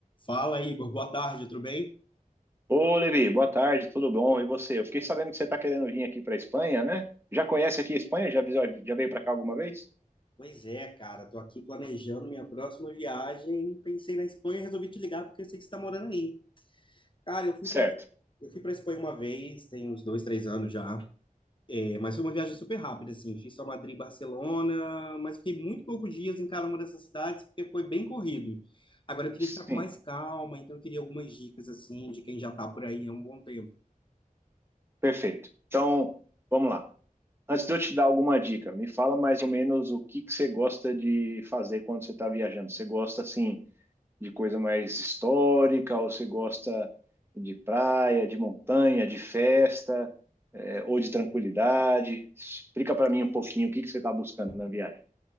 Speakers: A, on the left (about 35°); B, on the right (about 15°).
A: Fala, Igor. Boa tarde, tudo bem?
B: Ô, Levi, boa tarde, tudo bom? E você? Eu fiquei sabendo que você está querendo vir aqui para a Espanha, né? Já conhece aqui a Espanha? Já, visou- já veio para cá alguma vez?
A: Pois é, cara, tô aqui planejando minha próxima viagem. Pensei na Espanha e resolvi te ligar porque eu sei que você tá morando aí. Cara, eu fui
B: Certo.
A: para eu fui para Espanha uma vez, tem uns dois, três anos já. É, mas foi uma viagem super rápida, assim. Fiz só Madrid e Barcelona, mas fiquei muito poucos dias em cada uma dessas cidades porque foi bem corrido. Agora eu queria
B: Sim,
A: ficar com mais calma, então eu queria algumas dicas assim de quem já tá por aí há um bom tempo.
B: perfeito. Então, vamos lá. Antes de eu te dar alguma dica, me fala mais ou menos o que que você gosta de fazer quando você está viajando. Você gosta, assim, de coisa mais histórica ou você gosta de praia, de montanha, de festa, eh, ou de tranquilidade? Explica para mim um pouquinho o que que você está buscando na viagem.